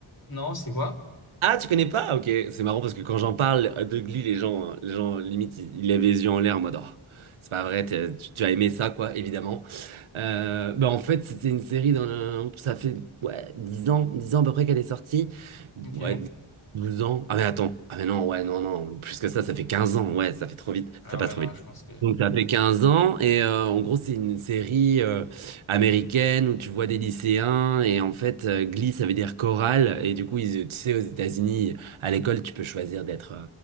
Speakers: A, on the left; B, on the right.
A: Non, c'est quoi?
B: Ah, tu connais pas? Ok, c'est marrant parce que quand j'en parle euh, de Glee, les gens, euh, les gens limite, ils, ils lèvent les yeux en l'air en mode, Oh, c'est pas vrai, t'es- tu, tu as aimé ça, quoi, évidemment. Euh, bah en fait, c'était une série dans le- ça fait ouais, 10 ans, 10 ans à peu près qu'elle est sortie.
A: Ok.
B: Ouais, 10, 12 ans. Ah mais attends, ah mais non, ouais, non, non, plus que ça, ça fait 15 ans. Ouais, ça fait trop vite,
A: Ah
B: ça passe
A: ouais,
B: trop
A: non,
B: vite.
A: je pense que...
B: Donc ça fait quinze ans et euh, en gros c'est une série euh, américaine où tu vois des lycéens et en fait euh, Glee ça veut dire chorale et du coup ils, tu sais aux États-Unis à l'école tu peux choisir d'être